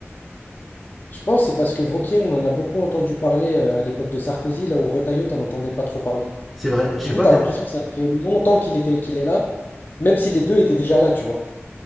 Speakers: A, on the left; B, in the centre.
A: Je pense que c'est parce que Wauquiez, on en a beaucoup entendu parler euh, à l'époque de Sarkozy, là où Retailleau, t'en entendais pas trop parler.
B: C'est vrai, je
A: Du
B: sais
A: coup,
B: pas,
A: t'as
B: peut-être.
A: l'impression que ça fait longtemps qu'il était, qu'il est là, même si les deux étaient déjà là, tu vois.